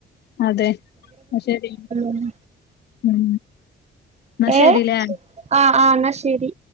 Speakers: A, on the left; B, on the right.
A: അതെ ശരിയ
B: ഉം
A: ഉം എന്നാ
B: ഏഹ്
A: ശരില്ലേ
B: ആഹ് ആഹ് എന്നാ ശരി